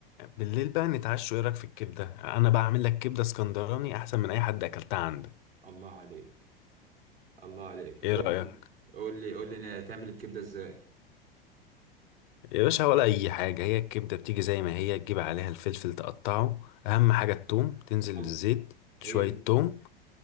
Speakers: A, on the left; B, on the right.
A: بالليل بقى نتعشوا ايه رايك في الكبدة انا بعمل لك كبدة اسكندراني احسن من اي حد اكلتها عندك
B: الله عليك الله عليك قول
A: ايه رايك
B: لي قول لي قول لي تعمل الكبدة ازاي
A: يا باشا ولا اي حاجة هي الكبدة بتيجي زي ما هي تجيب عليها الفلفل تقطعه اهم حاجة التوم تنزل
B: الله،
A: الزيت
B: هي
A: شوية
B: دي
A: توم